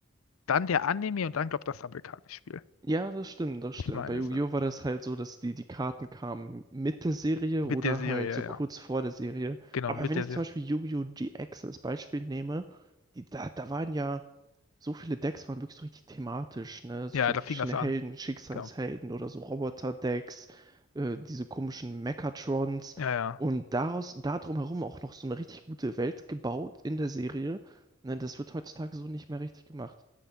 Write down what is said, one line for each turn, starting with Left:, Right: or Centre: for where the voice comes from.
Left: dann der Anime und dann, glaube das Sammelkartenspiel.
Right: Ja, das stimmt, das
Left: Ich
Right: stimmt.
Left: meine
Right: Bei Yu-Gi-Oh!
Left: so.
Right: war das halt so, dass die, die Karten kamen mit der Serie oder
Left: Mit der Serie,
Right: halt so
Left: ja. ja.
Right: kurz vor der Serie.
Left: Genau,
Right: Aber
Left: mit
Right: wenn
Left: der
Right: ich
Left: Serie.
Right: zum Beispiel Yu-Gi-Oh! GX als Beispiel nehme, die, da, da waren ja. So viele Decks waren wirklich so richtig thematisch, ne? So
Left: Ja,
Right: so
Left: da
Right: verschiedene
Left: fing das
Right: Helden,
Left: an.
Right: Schicksalshelden
Left: Genau.
Right: oder so Roboter-Decks, äh, diese komischen Mechatrons
Left: Ja, ja.
Right: und daraus, da drumherum auch noch so eine richtig gute Welt gebaut in der Serie. Ne? Das wird heutzutage so nicht mehr richtig gemacht.